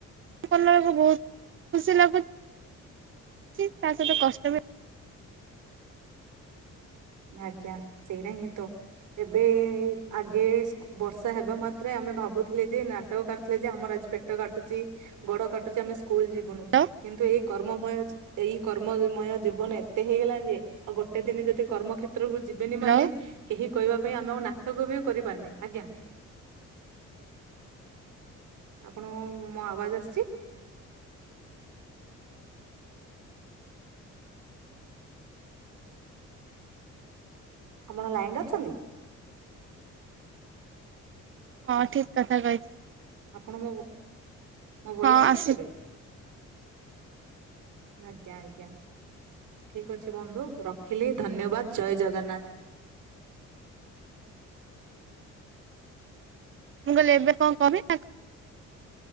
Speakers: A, on the right (about 40°); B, on the right (about 75°).
A: କଲା ବେଳକୁ ବହୁତ ଖୁସି ଲାଗୁଛି। ଉଚ ତା ସତ କଷ୍ଟ ବି
B: ଆଜ୍ଞା ସେଇଟା ହିଁ ତ ଏବେ ଆଗେ ବର୍ଷା ହେବା ମାତ୍ରେ ଆମେ ଭା ଭାବୁଥିଲେ ଯେ ନାଟକରୁଥିଲେ ଯେ ଆମର ଆଜି ପେଟ କାଟୁଛି ଗୋଡ କାଟୁଚି ଆମେ ସ୍କୁ ସ୍କୁଲ ଯିବୁନୁ
A: ହ୍ୟାଲୋ
B: କିନ୍ତୁ ଏଇ କର୍ମମୟ ଜୀ-ଏଇ କର୍ମମୟ ଜୀବନ ଏତେ ହେଇଗଲାଣି ଯେ ଆଉ ଗୋଟେ ଦିନ ଯଦି କର୍ମ ଯିବେନି
A: ହ୍ୟାଲୋ
B: ମାନେ କେହି କହିବା ପାଇଁ ଆମେ ଆ ନାଟକ ବି କରିବାନି ଆଜ୍ଞା। ଆପଣଙ୍କ ମୋ ଆବାଜ ଆସିଛି? ଆପଣ ଲାଇନ ରେ ଅଛନ୍ତି?
A: ହଁ ଠିକ କଥା କହିଛ।
B: ଆପଣ ମୋ- ମୋ ଭଏସ୍
A: ହଁ
B: ଆସିଛି
A: ଆସୁ
B: ଏବେ? ଆଜ୍ଞା ଆଜ୍ଞା ଠିକ ଅଛି ବନ୍ଧୁ। ରଖିଲି ଧନ୍ୟବାଦ ଜୟ ଜଗନ୍ନାଥ।
A: ମୁଁ କହିଲି ଏବେ କଣ କିବି <unintelligible>